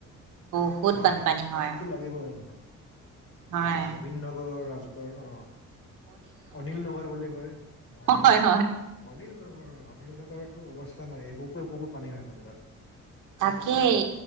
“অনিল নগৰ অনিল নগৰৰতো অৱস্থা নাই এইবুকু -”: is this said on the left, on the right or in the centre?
Left